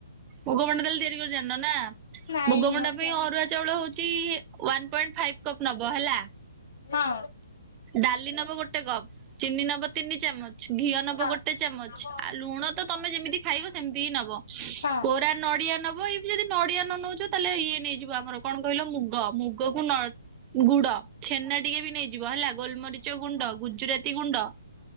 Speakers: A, on the right (about 25°); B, on the left (about 60°).
A: ମୁଗମଣ୍ଡା ତାହେଲେ ତିଆରି କରି ଜାଣିନ ନା।
B: ନାଇଁ
A: ମୁଗମଣ୍ଡା
B: ମତେ
A: ପାଇଁ
B: ଆସ
A: ଅରୁଆ ଚାଉଳ ହଉଛି ୱାନ୍ ପଏଣ୍ଟ୍ ଫାଇପ୍ କପ୍ ନବ ହେଲା।
B: ନା
A: ଡାଲି ନେବ ଗୋଟେ ଗୋଟେ କପ୍ ଚିନି ନବ ତିନି ଚାମଚ, ଘିଅ ନବ
B: ହଁ।
A: ଗୋଟେ ଚାମଚ,
B: ହଁ
A: ଆଉ ଲୁଣ ତ ତମେ ଯେମିତି ଖାଇବ ସେମିତି ହିଁ ନବ।
B: ହଁ ଅଁ
A: କୋରା ନଡିଆ ନବ ଏ ଯଦି ନଡିଆ ନ ନେଉଚ ତାହେଲେ ଇଏ ନେଇଯିବ ଆମର କଣ କହିଲ ମୁଗ ମୁଗକୁ ନଳ ଗୁଡ। ଛେନା ଟିକେ ବି ନେଇଯିବ ହେଲା ଗୋଲମରିଚ ଗୁଣ୍ଡ ଗୁଜୁରାତି ଗୁଣ୍ଡ।